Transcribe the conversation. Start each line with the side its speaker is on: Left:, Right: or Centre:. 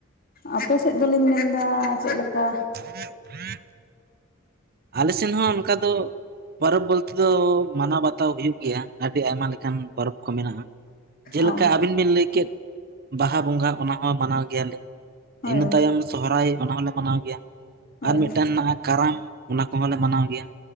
Left: ᱟᱯᱮ ᱥᱮᱫ ᱫᱚᱞᱤᱧ ᱢᱮᱱᱫᱟ ᱪᱮᱫᱞᱮᱠᱟ
Right: <inaudible> ᱟᱞᱮ ᱥᱮᱱ ᱦᱚᱸ ᱚᱱᱠᱟ ᱫᱚ ᱯᱚᱨᱚᱵᱽ ᱵᱚᱞᱛᱮ ᱫᱚ ᱢᱟᱱᱟᱣ ᱵᱟᱛᱟᱣ ᱦᱩᱭᱩᱜ ᱜᱮᱭᱟ ᱟᱹᱰᱤ ᱟᱭᱢᱟ ᱞᱮᱠᱟᱱ ᱯᱚᱨᱚᱵᱽ ᱠᱚ ᱢᱮᱱᱟᱜᱼᱟ ᱡᱮᱞᱮᱠᱟ
Left: ᱚ
Right: ᱟᱵᱤᱱ ᱵᱤᱱ ᱞᱟᱹᱭ ᱠᱮᱫ ᱵᱟᱦᱟ ᱵᱚᱸᱜᱟ ᱚᱱᱟ ᱦᱚᱸ ᱢᱟᱱᱟᱣ ᱜᱮᱭᱟᱞᱮ
Left: ᱦᱳᱭ
Right: ᱤᱱᱟᱹ ᱛᱟᱭᱚᱢ ᱥᱚᱦᱨᱟᱭ ᱚᱱᱟ ᱦᱚᱸᱞᱮ ᱢᱟᱱᱟᱣ ᱜᱮᱭᱟ
Left: ᱦᱳᱭ
Right: ᱟᱨ ᱢᱤᱫᱴᱟᱱ ᱱᱟᱜ ᱟ ᱠᱟᱨᱟᱢ ᱚᱱᱟ ᱠᱚᱦᱚᱸᱞᱮ ᱢᱟᱱᱟᱣ ᱜᱮᱭᱟ